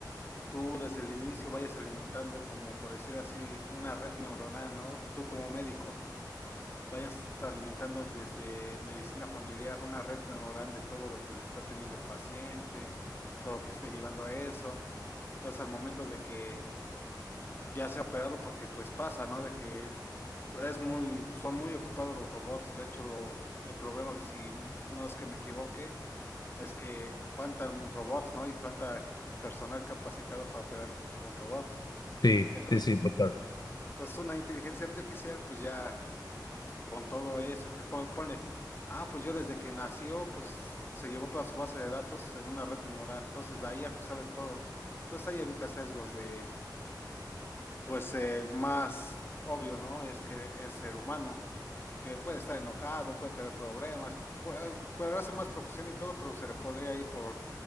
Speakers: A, on the left (about 30°); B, on the left (about 65°).
A: tú desde el inicio vayas alimentando, como por decir así, una red neuronal, ¿no? Tú como médico, vayas alimentando desde medicina familiar una red neuronal de todo lo que está teniendo el paciente, todo lo que esté llevando a eso. Entonces, al momento de que ya sea operado, porque pues pasa, ¿no? De que es muy, son muy ocupados los robots. De hecho, lo, el problema, si no es que me equivoque, es que faltan robots, ¿no? Y falta personal capacitado para operar con robots.
B: Sí,
A: Entonces,
B: sí, sí, total.
A: entonces una inteligencia artificial, pues ya con todo eso, que pon- ponle, ah, pues yo desde que nació, pues se llevó toda su base de datos en una red neuronal, entonces la IA pues sabe todo. Entonces ahí evita sesgos de, pues el más obvio, ¿no? Es que es ser humano, que puede estar enojado, puede tener problemas, puede, puede hacer más profesión y todo, pero se le podría ir por